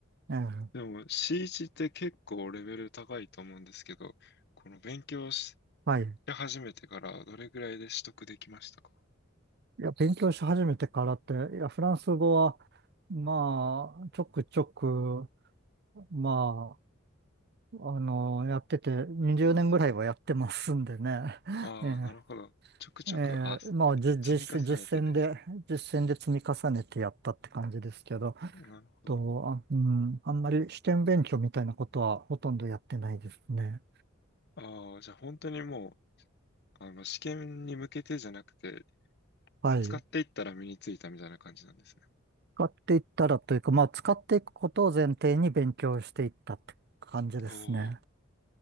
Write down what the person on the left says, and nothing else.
でも C1 って結構レベル高いと思うんですけど、この勉強し
始めてからどれぐらいで取得できましたか
ああ、
なるほど。ちょくちょく、
あ、積み重ねてです。
なるほど。
ああ、じゃあ本当にもうあの、試験に向けてじゃなくて、
使っていったら身についたみたいな感じなんですね。
おー